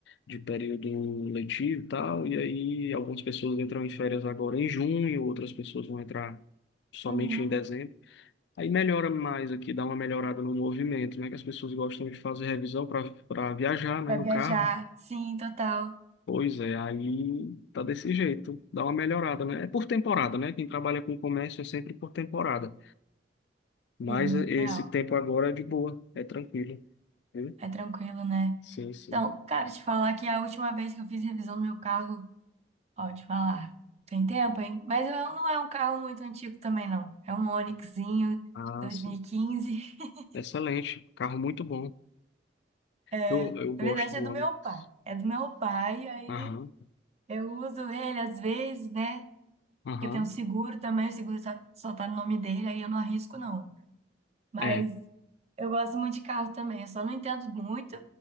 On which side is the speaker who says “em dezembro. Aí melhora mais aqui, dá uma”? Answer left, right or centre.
Left